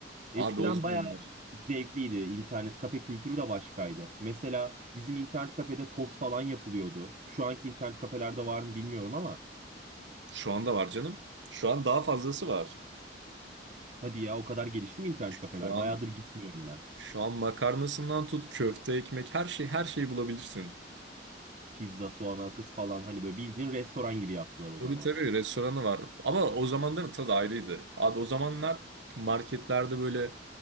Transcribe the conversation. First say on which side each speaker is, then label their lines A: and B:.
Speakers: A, on the right; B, on the right.
A: Eskiden
B: Abi o zamanlar.
A: bayağı zevkliydi. İnternet kafe kültürü de başkaydı. Mesela bizim internet kafede toz falan yapılıyordu. Şu anki internet kafelerde var mı bilmiyorum ama
B: Şu anda var canım. Şu an daha fazlası var.
A: hadi ya o kadar gelişti mi internet
B: Şu
A: kafeler?
B: an
A: Bayağıdır gitmiyorum ben.
B: şu an makarnasından tut köfte, ekmek her şey her şeyi bulabilirsin.
A: Pizza, soğan halkası falan hani böyle bildiğin restoran gibi yaptılar o
B: Tabii
A: zaman.
B: tabii restoranı var. Ama o zamanların tadı ayrıydı. Abi o zamanlar marketlerde böyle